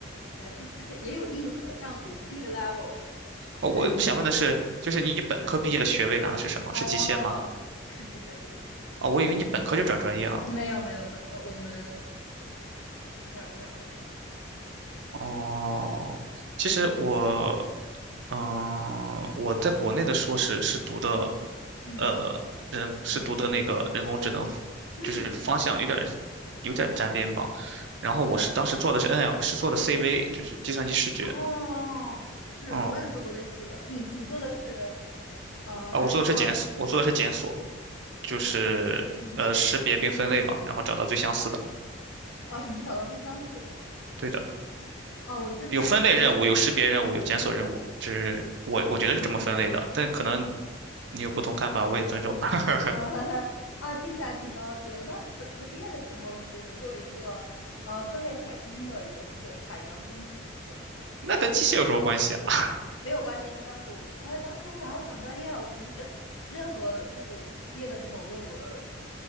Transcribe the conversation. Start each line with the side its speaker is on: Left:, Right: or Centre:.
Left: 哎，这就是也有硬核，但我不是那个 level 的，
Right: 哦，我我想问的是，
Left: 所以就
Right: 就是你本科毕业的学位拿的是什么？
Left: 对，哦，
Right: 是机械吗？
Left: 是机械，是机械。是的。
Right: 哦，我以为你本科就转专业了呢。
Left: 呃没有没有，本科我们太不太好。
Right: 哦，其实我，嗯、我在国内的硕士是读的，
Left: 嗯嗯
Right: 呃，人是读的那个人工智能，
Left: 嗯嗯，
Right: 就是方向有点有点沾边吧。然后我是当时做的是
Left: 对，
Right: NL，是做的 CV，就是计算机视觉。
Left: 哦，是，
Right: 嗯，
Left: 我也做过类似的。你你做的是呃哪一块儿的呢？
Right: 啊，我做的是检索，我做的是检索，就是呃识别并分类嘛，
Left: 嗯，
Right: 然后找到最相似的。
Left: 啊，你是找到最相似的。
Right: 对的，
Left: 哦，我之前我之前有，
Right: 有分类任务，有识别任务，有检索任务，这是我我觉得是这么分类的，
Left: 哦，
Right: 但可能你有不同看法，
Left: 对，
Right: 我也尊重。<laughs>
Left: 呃 <laughs> 啊，听起来挺高级的。我当时本科毕业的时候是做了一个呃分类海冰的一个，就是海洋冰层的一个。
Right: 那跟机械有什么关系啊？
Left: 没有关系，因为当时我当当时我想要转专业，我肯定是任何就是贴的这种论文儿，